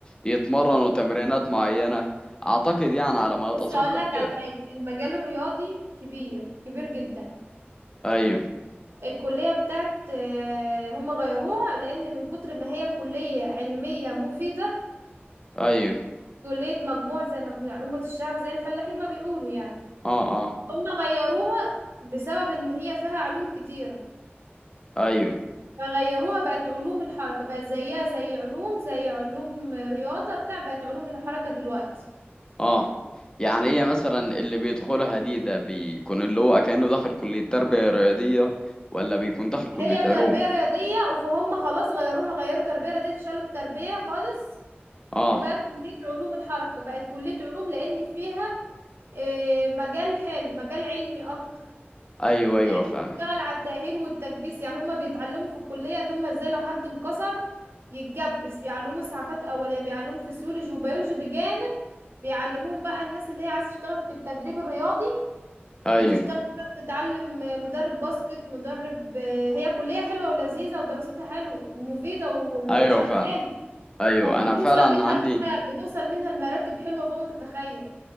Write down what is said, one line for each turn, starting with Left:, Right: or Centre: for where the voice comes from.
Left: يتمرنوا تمرينات معينة اعتقد يعني على ما اتذكر
Right: بص هقول لك
Left: كده
Right: على حاجة المجال الرياضي كبير كبير جدا
Left: ايوه
Right: الكلية بتاعت آه، هم غيروها لأن من كتر ما هي كلية علمية مفيدة
Left: ايوه
Right: كلية مجموع زي ما كنا- أمة الشعب زي الفلاحين ما بيقولوا يعني
Left: اه اه
Right: هم غيروها بسبب إن هي فيها علوم كتيرة
Left: ايوه
Right: فغيروها بقت علوم الحركة بقت زيها زي علوم زي علوم رياضة بتاع بقت علوم الحركة دلوقتي
Left: اه يعني هي مثلا اللي بيدخلها دي ده بيكون اللي هو كأنه داخل كلية تربية رياضية ولا بيكون داخل كلية
Right: هي تربية
Left: علوم
Right: رياضية فهم خلاص غيروها غيروا تربية رياضية شالوا التربية خالص
Left: اه
Right: وبقت كلية علوم الحركة بقت كلية علوم لأن فيها آه، مجال حلو مجال علمي أكتر
Left: ايوه ايوه
Right: لأنه
Left: فاهمك
Right: بيشتغل على التأهيل والتكبيس يعني هما بيتعلموا في الكلية إن هما إزاي لو حد انكسر يتجبس بيعلموه إسعافات أولية بيعلموه فسيولوجي وبيولوجي بجانب بيعلموهم بقى الناس اللي هي عايزة تشتغل في التدريب الرياضي
Left: ايوه
Right: بتشتغل بقى بتتعلم مدرب باسكت مدرب هي كلية حلوة ولذيذة ودراستها حلوة ومفيدة و-
Left: ايوه
Right: وشغالة
Left: فعلا ايوه
Right: وبتوصل
Left: انا فعلا
Right: منها
Left: عندي
Right: لأعلى بتوصل منها لمراتب حلوة فوق ما تتخيل